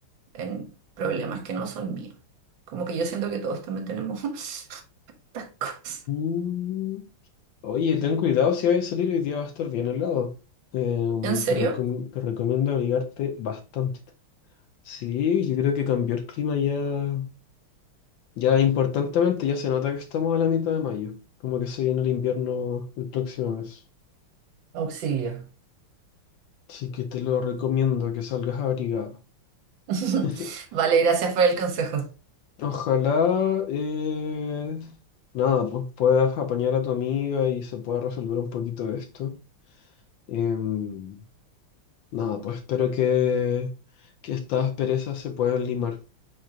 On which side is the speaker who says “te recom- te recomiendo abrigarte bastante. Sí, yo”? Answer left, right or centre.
Left